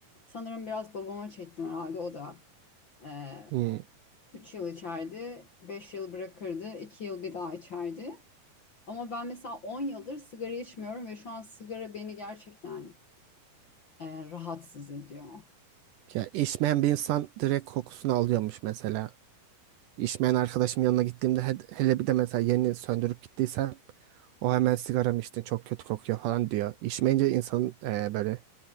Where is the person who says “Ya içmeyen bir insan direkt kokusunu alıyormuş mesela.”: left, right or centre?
Right